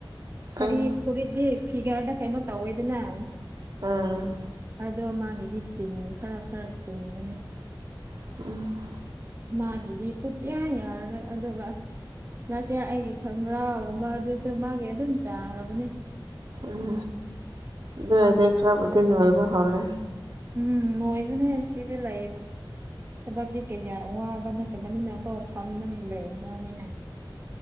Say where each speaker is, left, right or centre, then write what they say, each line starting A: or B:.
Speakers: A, on the right (about 30°); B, on the right (about 55°).
A: ꯁꯔꯤ
B: ꯑꯁ
A: ꯐꯨꯔꯤꯠꯇꯤ ꯐꯤꯒꯔꯗ ꯀꯩꯅꯣ ꯇꯧꯋꯦꯗꯅ
B: ꯎꯝ
A: ꯑꯗꯣ ꯃꯥꯒꯤꯗꯤ ꯆꯤꯟ ꯈꯔ ꯈꯔ ꯆꯤꯟꯕꯅꯤ꯫
B: <unintelligible>
A: ꯃꯥꯒꯤꯗꯤ ꯁꯨꯛꯌꯥ ꯌꯥꯔꯔꯣꯏ ꯑꯗꯨꯒ ꯂꯥꯁ ꯏꯌꯔ ꯑꯩꯒꯤ ꯈꯪꯒ꯭ꯔꯥꯎꯒꯨꯝꯕ ꯑꯗꯨꯁꯨ ꯃꯥꯒꯤ ꯑꯗꯨꯝ ꯆꯥꯔꯕꯅꯤ꯫
B: ꯎꯝ ꯑꯗꯨ ꯑꯣꯢꯗꯤ ꯈꯔꯕꯨꯗꯤ ꯅꯣꯏꯕ ꯍꯧꯔꯦ꯫
A: ꯎꯝ ꯅꯣꯏꯕꯅꯦ ꯁꯤꯗ ꯂꯩ ꯊꯕꯛꯇꯤ ꯀꯩꯌꯥ ꯋꯥꯕ ꯅꯠ ꯇꯕꯅꯤꯀꯣ ꯐꯝꯖꯜꯂ <unintelligible>